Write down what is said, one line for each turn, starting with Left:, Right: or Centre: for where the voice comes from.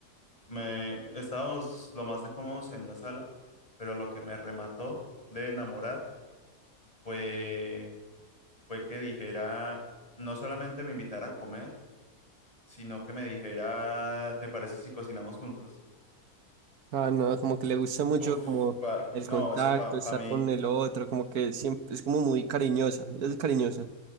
Left: me, estábamos lo más de cómodos en la sala, pero lo que me remató de enamorar fue, fue que dijera, no solamente me invitara a comer, sino que me dijera, ¿te parece si cocinamos juntos?
Right: Ah, no, como que le gusta mucho
Left: Uf,
Right: como
Left: pa-
Right: el
Left: no,
Right: contacto,
Left: eso para
Right: estar
Left: mí,
Right: con el otro, como que siempre es como muy cariñosa. Ella es cariñosa.